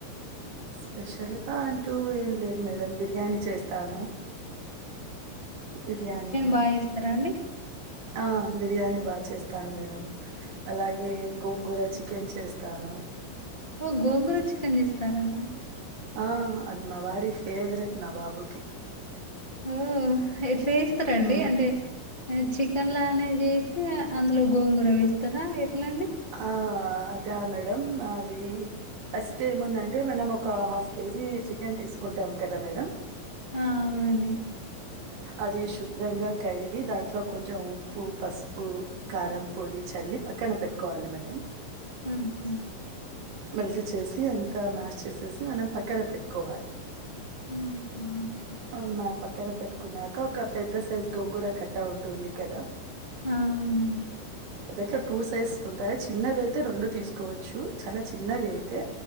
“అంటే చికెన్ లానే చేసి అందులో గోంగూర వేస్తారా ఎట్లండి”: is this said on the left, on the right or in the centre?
Left